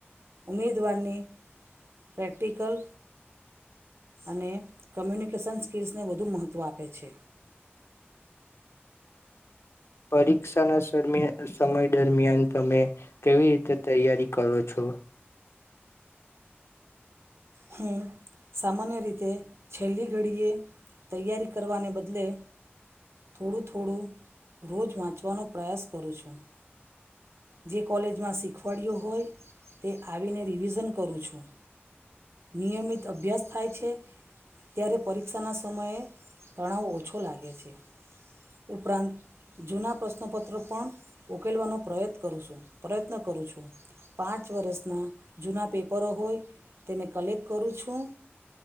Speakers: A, on the right (about 75°); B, on the left (about 85°).
A: ઉમેદવારની પ્રેક્ટિકલ અને કમ્યુનિકેશન સ્કિલ્સને વધુ મહત્ત્વ આપે છે.
B: પરીક્ષાના સરમિયા સમય દરમિયાન તમે કેવી રીતે તૈયારી કરો છો?
A: હું સામાન્ય રીતે છેલ્લી ઘડીએ તૈયારી કરવાને બદલે થોડું-થોડું રોજ વાંચવાનો પ્રયાસ કરું છું. જે કોલેજમાં શીખવાડયો હોય, તે આવીને રિવિઝન કરું છું. નિયમિત અભ્યાસ થાય છે, ત્યારે પરીક્ષાના સમયે તણાવ ઓછો લાગે છે. ઉપરાંત જૂના પ્રશ્નોપત્રો પણ ઉકેલવાનો પ્રયત કરું છું, પ્રયત્ન કરું છું. પાંચ વર્ષના જૂના પેપરો હોય તેને કલેક્ટ કરું છું,